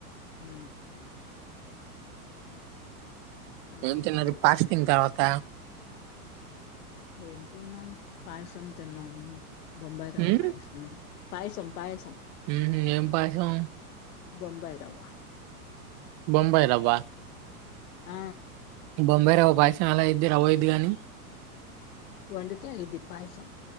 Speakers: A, on the left; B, on the right.
A: హ్ అది
B: ఏంతిన్నారు
A: సంగతి
B: పాచ తిన్న తర్వాత
A: ఏం తిన్నం పాయసం తిన్నాం. బొంబై రవ్వా
B: ఉమ్,
A: పాయసం. పాయసం పాయసం
B: ఉమ్హుం, ఏం పాయసం
A: బొంబాయి రవ్వా.
B: బొంబై రవ్వా
A: ఆ
B: బొంబై రవ్వా పాయసం ఎలా అయిద్ది రవ్వాయిద్ది కాని.
A: వండితే అయిద్ది పాయసం.